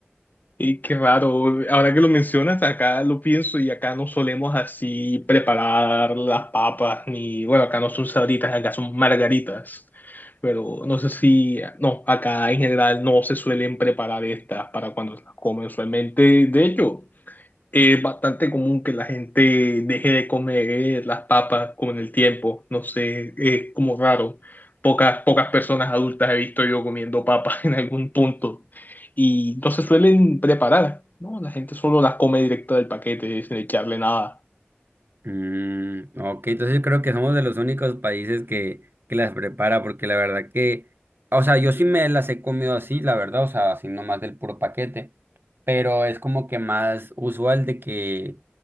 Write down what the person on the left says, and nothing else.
Y qué raro, ahora que lo mencionas, acá lo pienso y acá no solemos así preparar las papas, ni bueno, acá no son sabritas, acá son margaritas, pero no sé si, no, acá en general no se suelen preparar estas para cuando las comen usualmente, de hecho. Es bastante común que la gente deje de comer eh, las papas con el tiempo. No sé, es como raro. Pocas, pocas personas adultas he visto yo comiendo papas <laughs> en algún punto. Y no se suelen preparar, ¿no? La gente solo las come directo del paquete, sin echarle nada.